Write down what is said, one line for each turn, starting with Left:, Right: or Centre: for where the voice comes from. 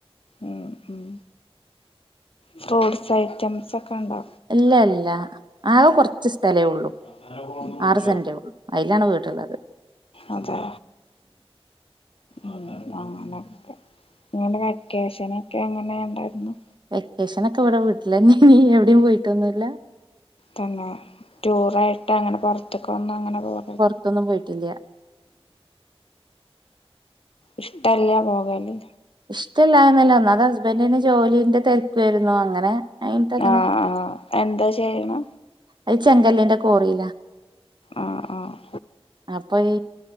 Left: ഉം ഉം ഫ്രൂട്ട്സ് ഐറ്റംസ് ഒക്കെ ണ്ടോ
Right: ഇല്ല ഇല്ല ആകെ കുറച്ച് സ്ഥലേ ഉള്ളൂ
Left: താത്താനെ ഫോണ്ന്ന് വിളിച്ചോ
Right: ആറ് സെന്റേ ഉള്ളു അയിലാണ് വീട് ള്ളത്
Left: അതെ ഉം അങ്ങനൊക്കെ നിങ്ങടെ വെക്കേഷനൊക്കെ എങ്ങനെ ഉണ്ടായിരുന്നു
Right: വെക്കേഷനൊക്കെ ഇവിടെ വീട്ടിലന്നെ ഏനീ എവിടെയും പോയിട്ടൊന്നൂല്ല
Left: തന്നെ ടൂറായിട്ട് അങ്ങനെ പൊറ്ത്ത്ക്കൊന്നും അങ്ങനെ പോകല്
Right: ത്തൊന്നും പോയിട്ടില്ല.
Left: ഇഷ്ടല്യ പോകല്.
Right: ഇഷ്ടല്ലായന്നല്ലാ. ഒന്നാമത് ഹസ്ബൻറിന് ജോലിൻ്റെ തിരക്കുവായിരുന്നു. അങ്ങനെ അയിനിട്ട് അങ്ങനെ
Left: ആഹ് ആഹ് എന്താ ചെയ്യണേ?
Right: അത് ചെങ്കല്ലിൻ്റെ കോറിലാ.
Left: ആഹ് ആഹ്
Right: അപ്പ ഈ